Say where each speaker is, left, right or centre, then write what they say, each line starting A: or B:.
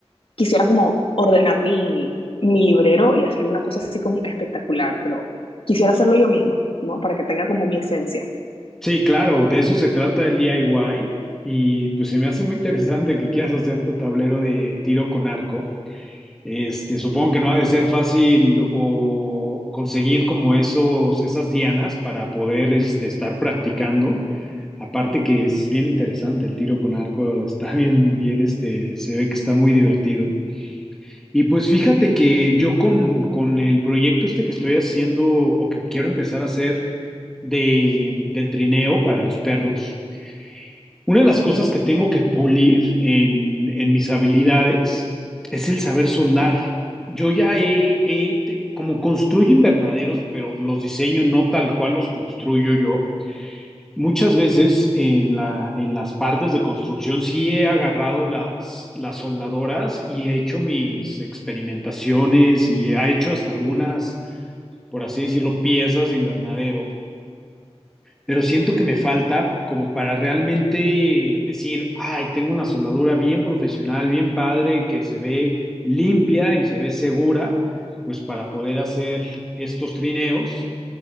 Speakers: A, on the left; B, in the centre.
A: quisiera como ordenar mi, mi librero y hacer una cosa así como espectacular, pero quisiera hacerlo yo misma, ¿no? Para que tenga como mi esencia.
B: Sí, claro, de eso se trata el DIY y y pues se me hace muy interesante que quieras hacer tu tablero de tiro con arco. Este, supongo que no ha de ser fácil o conseguir como esos, esas dianas para poder este, estar practicando. Aparte que es bien interesante el tiro con arco, <laughs> está bien, bien, este, se ve que está muy divertido. Y pues fíjate que yo con, con el proyecto este que estoy haciendo o que quiero empezar a hacer de, del trineo para los perros, una de las cosas que tengo que pulir en, en mis habilidades es el saber soldar. Yo ya he, he- te- como construyo invernaderos, pero los diseño no tal cual los construyo yo. Muchas veces en la, en las partes de construcción sí he agarrado las, las soldadoras y he hecho mis experimentaciones y he hecho hasta algunas, por así decirlo, piezas de invernadero pero siento que me falta como para realmente decir, ay, tengo una soldadura bien profesional, bien padre, que se ve limpia y se ve segura, pues para poder hacer estos trineos.